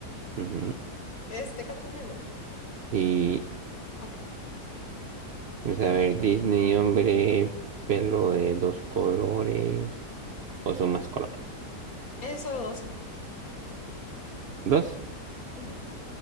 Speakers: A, on the right (about 80°); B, on the left (about 55°).
A: Ujú.
B: Es de Cartoon Network.
A: Y,
B: Ok.
A: pues a ver, Disney, hombre, pelo de dos colores, o son más colores.
B: Es solo 12.
A: ¿Dos?
B: Ujú,